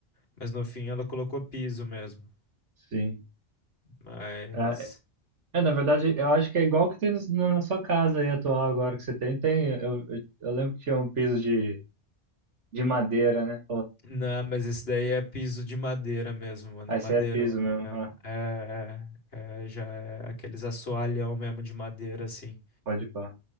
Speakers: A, on the left; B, on the right.
A: Mas no fim ela colocou piso mesmo.
B: sim.
A: Mas.
B: É, é, na verdade, eu acho que é igual que tem no- no- na sua casa aí atual agora que você tem. Tem, eu, eu eu lembro que tinha um piso de, de madeira, né?
A: Não, mas esse daí é piso de madeira mesmo, mano.
B: Aí
A: É madeirona
B: você é piso mesmo,
A: mesmo.
B: ah,
A: É, é, é, já é aqueles assoalhão mesmo de madeira, assim.
B: pode pá.